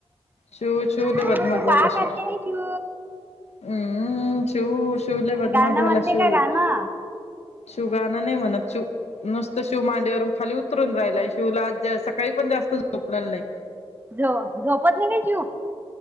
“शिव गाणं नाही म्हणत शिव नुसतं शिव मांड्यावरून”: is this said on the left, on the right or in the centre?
Left